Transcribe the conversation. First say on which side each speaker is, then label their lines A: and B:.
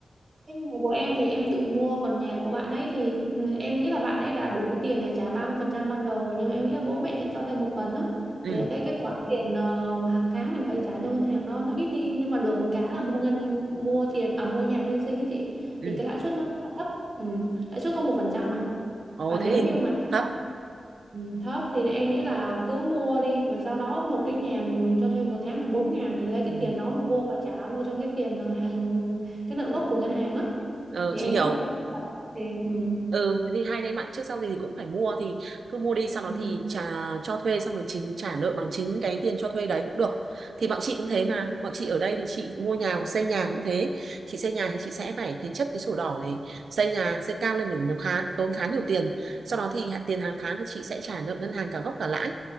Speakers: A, on the right; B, on the right.
A: Cái nhà của em thì em tự mua còn nhà của bạn ấy thì ừ, em nghĩ là bạn ấy đã đủ tiền để trả 30% ban đầu rồi nhưng em nghĩ là bố mẹ sẽ cho thêm một phần á
B: ừ
A: để cái cái khoản tiền ờ, hàng tháng mình phải trả cho ngân hàng nó nó ít đi nhưng mà được một cái là mua ngân mua tiền à mua nhà bên sinh ấy chị
B: ừ
A: thì cái lãi suất nó rất là thấp ừ, lãi suất có một phần trăm mà
B: ồ
A: và nếu
B: thế thì
A: như mà
B: thấp
A: ừ, thấp thì em nghĩ là cứ mua đi và sau đó một cái nhà mình cho thuê một tháng là 4 ngàn thì lấy cái
B: ừ.
A: tiền đó mà vô mà trả vô trong cái tiền ờ, hàng cái nợ gốc của ngân hàng á
B: ờ,
A: thì
B: chị
A: em
B: hiểu
A: thấy nó cũng không phải là tiền ừ.
B: ừ thế thì hai anh em bạn trước sau gì thì cũng phải mua thì cứ mua đi
A: Ừ.
B: sau đó
A: Ừ.
B: thì trả cho thuê xong rồi chính trả nợ bằng chính cái tiền cho thuê đấy cũng được thì bọn chị cũng thế
A: Ừ.
B: mà bọn chị ở đây thì chị mua nhà hoặc xây nhà cũng thế chị xây nhà thì chị sẽ phải thế chấp cái sổ đỏ này xây nhà xây cao lên mình nó khá tốn khá nhiều tiền sau đó thì hạ- tiền hàng tháng thì chị sẽ trả nợ ngân hàng cả gốc cả lãi